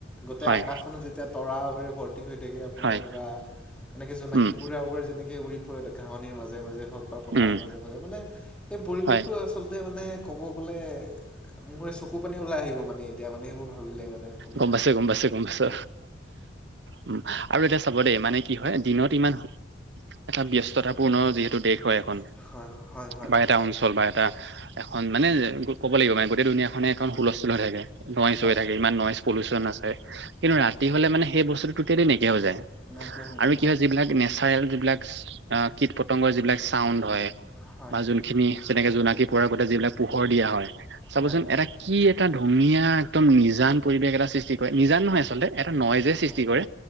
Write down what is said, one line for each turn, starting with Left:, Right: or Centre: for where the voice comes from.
Centre: গোটেই
Right: হয়
Centre: আকাশখনত যেতিয়া তৰা হৈ থাকে আপোনাৰ
Right: হয়
Centre: বা এনেকে জোনাকী
Right: উম
Centre: পৰোৱা বোৰ যেনেকে উৰি ফুৰে ঘাওনিৰ মাজে মাজে। হওক বা পথাৰৰ
Right: উম
Centre: মাজে মাজে মানে এই পৰিৱেশটো
Right: হয়
Centre: আচলতে মানে ক'ব গ'লে মোৰ চকু পানী ওলাই আহিব মানে এতিয়া মানে এইবোৰ ভাবিলে মানে আপোনাৰ
Right: গম পাইছো গম পাইছো গম পাইছো উম আৰু এতিয়া চাব দেই মানে কি হয় দিনত ইমান এটা ব্যস্ত <unintelligible> যিহেতু দেশ হয় এখন
Centre: হয় হয় হয়
Right: বা এটা অঞ্চল বা এটা এখন মানে ক'ব লাগিব মানে গোই দুনীয়াখনে এখন হুলস্থুল হৈ থাকে। নইজ
Centre: হয়
Right: হৈ থাকে ইমান নইজ পলিউচন আছে কিন্তু
Centre: হয়
Right: ৰাতি হলে মানে সেই বস্তুটো ততেলি নাই <unintelligible> যায়
Centre: নাইকিয়া হৈ
Right: আৰু
Centre: যায়
Right: কি হয় যিবিলাক নেচাৰেল যিবিলাক কীট পতংগৰ যিবিলাক চাউণ্ড হয়
Centre: হয়
Right: বা যোনখিনি যেনেকে জোনাকী পৰোৱা গোতে যিবিলাক পোহৰ দিয়া হয় চাবচোন
Centre: হয় হয়
Right: এটা কি এটা ধুনীয়া একদম নিজান পৰিবেশ এটা সৃষ্টি কৰে নিজান নহয় আচলতে এটা নইজে সৃষ্টি
Centre: হয়
Right: কৰে